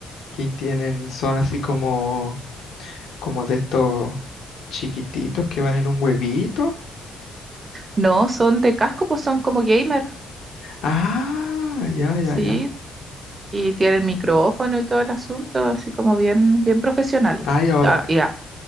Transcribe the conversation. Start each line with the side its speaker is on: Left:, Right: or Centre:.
Left: y tienen, son así como, como de estos chiquititos que van en un huevito.
Right: No, son de casco, pues son como gamer.
Left: Ah, ya, ya,
Right: Sí,
Left: ya.
Right: Y tienen micrófono y todo el asunto, así como bien, bien profesionales.
Left: Ah, y ahora,
Right: Ah, ya,